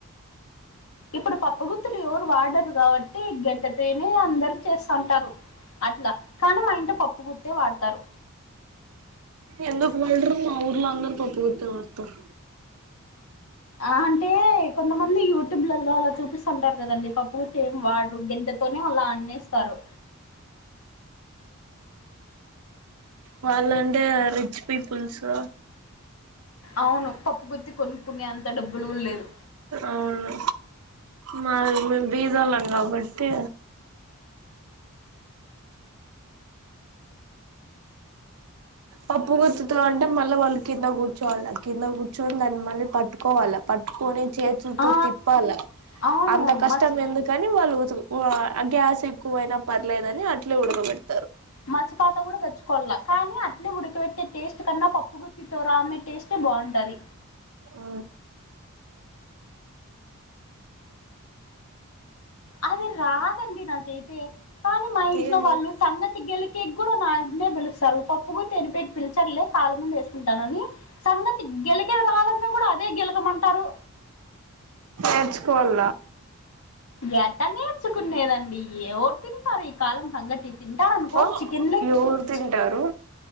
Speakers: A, on the left; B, on the right.
A: ఇప్పుడు పప్పుగుత్తులు ఎవరు వాడరు కాబట్టి గెడ్డతేనే అందరు చేస్తఉంటారు అట్లా కానీ మా ఇంట పప్పు గుత్తే వాడతారు
B: ఎందుకు వెళ్ళరు మా ఊర్లో అందరు పప్పుగుత్తే వాడతరు
A: ఆ అంటే కొంతమంది యూట్యూబ్లల్లో అలా చూపిస్తంటారు కదండి పప్పు గుత్తి ఏం వాడరు గెంటె తోనే అల అన్నేస్తారు
B: వాళ్ళు అంటే రిచ్ పీపుల్సు
A: అవును పప్పు గుత్తి కొనుక్కునే అంత డబ్బులు గూడ లేదు
B: అవును మా మేమ్ బీదొలం కాబట్టి పప్పు గుర్తుతులు అంటే మళ్ళ వాళ్ళు కింద కూర్చోవాలి కింద కూర్చొని దాన్ని మళ్ళ పట్టుకోవాల పట్టుకొని చేతుల్తో
A: ఆ
B: తిప్పాల
A: అవును
B: అంత కష్టం
A: మసి
B: ఎందుకని వాళ్ళు ఉతుక్ ఊ ఆ గ్యాస్ ఎక్కువైనా పర్లేదని అట్లే ఉడకబెడత
A: మచ్ పాత్ అట కూడా తెచ్చుకోవాల కానీ అట్లే ఉడికిబెట్టే టేస్ట్ కన్నా పప్పుగుత్తితో రామే టేస్టే బాగుంటది
B: ఊ
A: అది రాదండి నాకైతే కానీ మా ఇంట్లో
B: ఏం
A: వాళ్ళు సంగతి గెలి కేక్ కూడా నన్నే పిలుస్తారు పప్పు కుడ్ తెనిపెకి పిలిచర్లే కాళ్ మీన వేసుకుంటానని సంగటి గెలకేది రాదన్న కూడా అదే గెలకమంటారు
B: నేర్చుకోవల
A: ఎట్ట నేర్చుకునేదండి ఏవరు తింటారు ఈ కాలం సంగటి తి తింటారన్కో
B: ఓ
A: చికెన్లేగ్
B: ఎవరు తింటారు
A: చి